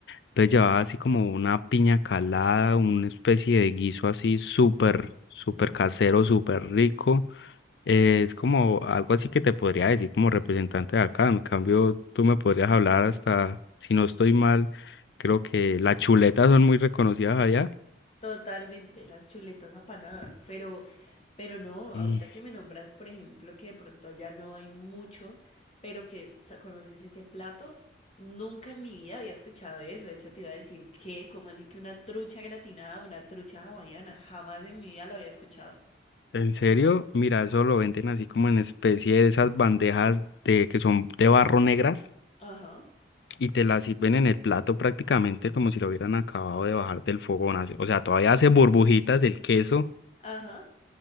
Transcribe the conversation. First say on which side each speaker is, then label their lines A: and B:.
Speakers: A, on the left; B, on the left.
A: Entonces llevaba así como una piña calada, una especie de guiso así súper, súper casero, súper rico. Eh, es como algo así que te podría decir como representante de acá. En cambio, tú me podrías hablar hasta, si no estoy mal, creo que las chuletas son muy reconocidas allá.
B: Totalmente, las chuletas apanadas, pero, pero no,
A: Mm,
B: ahorita que me nombras, por ejemplo, que de pronto allá no hay mucho, pero que sa- conoces ese plato, nunca en mi vida había escuchado eso. De hecho, te iba a decir que, como así que una trucha gratinada, una trucha hawaiana? Jamás en mi vida lo había escuchado.
A: ¿En serio? Mira, eso lo venden así como en especie de esas bandejas de que son de barro negras
B: Ajá,
A: y te las sirven en el plato prácticamente como si lo hubieran acabado de bajar del fogón. así. O sea, todavía hace burbujitas el queso
B: ajá.